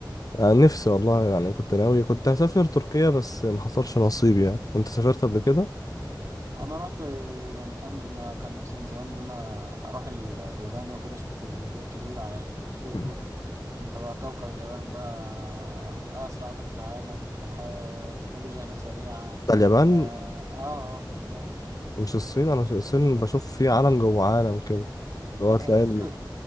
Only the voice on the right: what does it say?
انا رحت يعني كان كان نفسي من زمان ان انا اروح ال- اليابان وكده شفت فلوجات كتير على ال- الفيسبوك
إن انت بقى كوكب اليابان بقى اسرع قطر في العالم الحياة التكنولوجيا هناك سريعة
اه اه, آه في اليابان
لا
هي فكرة